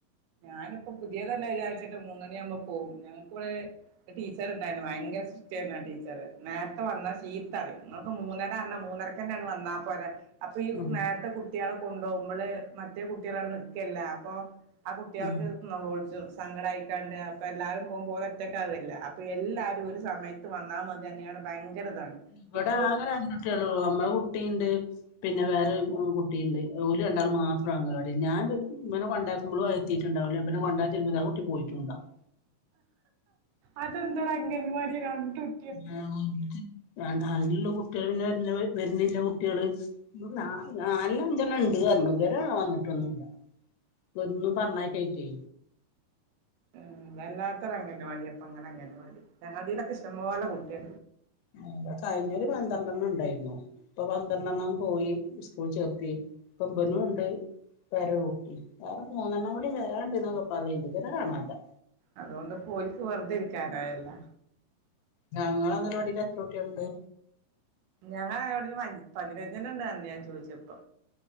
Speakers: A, on the right; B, on the left.
A: ഞാന്‌പ്പപുതിയതല്ലേ ചാരിച്ച്ട്ട് മൂന്നണിയാമ്പം പോവും <unintelligible> ച്ചർ ണ്ടായ്നു ഭയങ്കര <unintelligible> ച്ചായിരുന്നു ആ ടീച്ചറ് നേര്ത്ത വന്നാ ചീത്തറിയും. ങ്ങളൊക്ക മൂന്നര ർഞ്ഞാ മൂന്നരക്കെന്നെ ങ്ങ് വന്നാ പൊരെ. അപ്പയീ
B: ഉം
A: നേര്ത്ത കുട്ട്യള കുണ്ടോകുമ്പള് മറ്റേ കുട്ട്യളാട നിക്കല്ലേ? അപ്പൊ കുട്ട്യാൾക്ക്
B: ആഹ്
A: <unintelligible> സങ്കടായിട്ടണ്ട് അപ്പെല്ലാവരും പോവുമ്പോ ഓലൊറ്റക്കാവല്ലോ. അപ്പൊയെല്ലാരു ഒരു സമയത്ത് വന്നാ <unintelligible> ഇതാണ്
B: ഇവട
A: ഇപ്പൊ
B: ആക രണ്ടുട്ട്യളൂ അമ്മള കുട്ടീണ്ട്. പിന്നെ വേറൊര് ഉ കുട്ടിയിണ്ട് ഓല് രണ്ടാളും മാത്ര <unintelligible> ഞാൻ വെനെ കൊണ്ടെയാക്കുമ്പളു <inaudible> ട്ടിണ്ടാവും ലേ പിന്നെ കൊണ്ടാക്കി ചെ ആ കുട്ടി പോയിട്ടുണ്ടാവും.
A: അതന്താടാ അംഗൻവാടില് രണ്ട്ട്ട്.
B: <unintelligible> താഴെയുള്ള കുട്ടികള് വ വരുന്നില്ല കുട്ട്യേള് നാലണ്ണം അ ഞ്ചെണം ഇണ്ട്പറഞ്ഞു ഇതുവരെ വന്നിട്ടൊന്ന. ഒന്നും പറഞ്ഞയക്കായിട്ടെ.
A: ഉം വല്ലാത്തൊരു അംഗനവാടി അപ്പ അങ്ങെ അങ്ങൻവാടി ഞങ്ങളലൊക്കെ ഇഷ്ടംപോലെ കുട്ടിയ.
B: ആ. കഴിഞ്ഞൊര് പന്ത്രണ്ടെണ്ണം ഉണ്ടായിരുന്നു ഇപ്പൊ പന്ത്രണ്ടെണ്ണം പോയി സ്കൂള് ചേർത്തി. ഇപ്പം ഇബനൂണ്ട്. വേറൊരു കുട്ടി വേറെ മൂന്നെണൂടി വരാണ്ട്ന്ന് പറയണ്ട് ഇതവരെ കാണല്യാ.
A: അതുകൊണ്ട് ഓൽക്ക് വെറതെ ഇരിക്കാനായലോ.
B: ഞങ്ങള അങ്ങനവാടിൽ എത്രകുട്ട്യേള്ണ്ട്‌.
A: ഞങ്ങളെ ഇവിടെ പതിനെജണം ഇണ്ടായിരുന്നു ഞാൻ ചോയിച്ചപ്പോ.